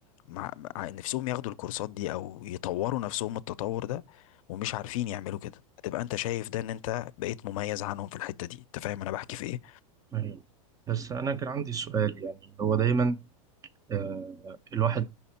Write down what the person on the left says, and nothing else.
مع مع نفسهم ياخدوا الكورسات دي او يطوروا نفسهم التطور ده ومش عارفين يعملوا كده هتبقى انت شايف ده ان انت بقيت مميز عنهم في الحتة دي انت فاهم انا بحكي في ايه